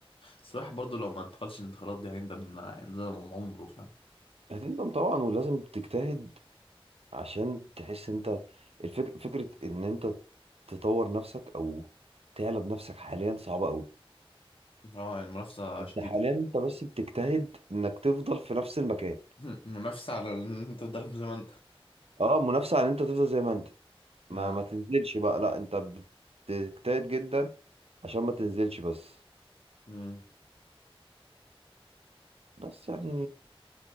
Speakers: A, on the left; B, on the right.
A: بس الواحد برضو لو ما انتقلش الانتقالات دي هيندم هيندم عمره فاهم
B: هتندم طبعا ولازم تجتهد عشان تحس انت الفك... فكرة ان انت تطور نفسك او تعلى بنفسك حاليا صعبة قوي
A: اه يعني المنافسة
B: انت
A: شديدة
B: حاليا انت بس بتجتهد انك تفضل في نفس المكان
A: <laughs> المنافسة على إن انت تفضل زي ما انت
B: اه منافسة عن انت تفضل زي ما انت ما
A: آه.
B: ما تنزلش بقى لا انت بتجتهد جدا عشان ما تنزلش بس
A: مم.
B: بس يعني